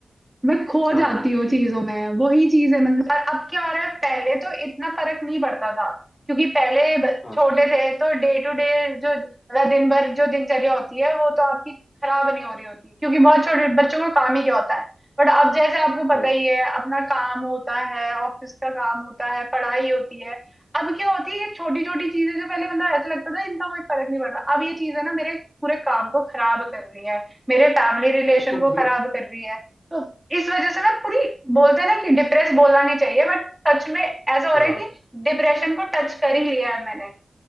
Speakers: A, in the centre; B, on the left.
A: मैं खो
B: हाँ
A: जाती हूँ चीजों में वही चीज है मतलब और अब क्या हो रहा है पहले तो इतना फर्क नहीं पड़ता था क्योंकि पहले ब-
B: हाँ
A: छोटे थे तो डे टू डे जो मतलब दिन भर जो दिनचर्या होती है वो तो आपकी खराब नहीं हो रही होती क्योंकि बहुत छोटे बच्चों का काम ही क्या होता है बट अब जैसे आपको
B: हाँ
A: पता ही है अपना काम होता है ऑफिस का काम होता है पढ़ाई होती है अब क्या होती है ये छोटी छोटी चीजें जो पहले मतलब ऐसा लगता था इनका कोई फर्क नहीं पड़ता अब ये चीजें ना मेरे पूरे काम को खराब कर रही है मेरे फैमिली रिलेशन
B: तो
A: को
B: मैं
A: खराब कर रही है तो इस वजह से ना पूरी बोलते हैं ना कि डिप्रेस बोलना नहीं चाहिए बट सच में ऐसा हो रहा
B: हाँ
A: है कि डिप्रेशन को टच कर ही लिया है मैंने